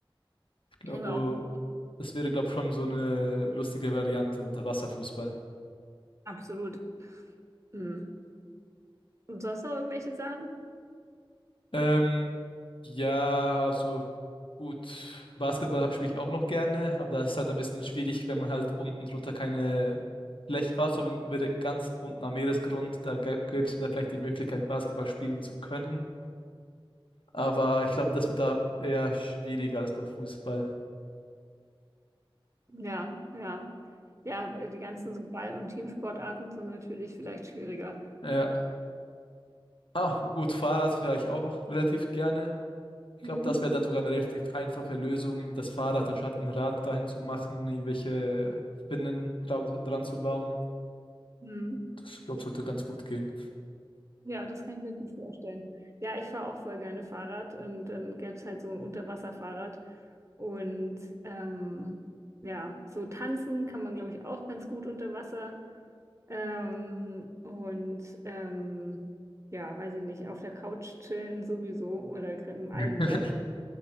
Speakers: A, on the left; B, on the right.
A: Ich glaube,
B: Kann ich mir auch
A: das wäre, glaube ich, schon so eine lustige Variante, unter Wasser Fußball.
B: absolut. Mhm. Und sonst noch irgendwelche Sachen?
A: Ähm, ja, also Gut, Basketball spiele ich auch noch gerne, aber das ist halt ein bisschen schwierig, wenn man halt unten drunter keine Fläche, also wenn wir ganz unten am Meeresgrund, da gäbe es wieder vielleicht die Möglichkeit, Basketball spielen zu können. Aber ich glaube, das wird da eher schwieriger als beim Fußball.
B: Ja, ja. Ja, die ganzen so Ball- und Teamsportarten sind natürlich vielleicht schwieriger.
A: Ja. Ah, gut, Fahrrad fahre ich auch noch relativ gerne. Ich
B: Mhm.
A: glaube, das wäre dann sogar eine relativ einfache Lösung, irgendwie das Fahrrad anstatt ein Rad dahin zu machen, irgendwelche Spinnen dran, dran zu bauen.
B: Mhm.
A: Das, glaube sollte ganz gut gehen.
B: Ja, das kann ich mir gut vorstellen. Ja, ich fahre auch voll gerne Fahrrad und dann gäbe es halt so ein Unterwasserfahrrad. Und ähm, ja, so tanzen kann man, glaube ich, auch ganz gut unter Wasser. Ähm, und ähm, ja, weiß ich nicht, auf der Couch chillen sowieso oder im Algenwald.
A: <laughs>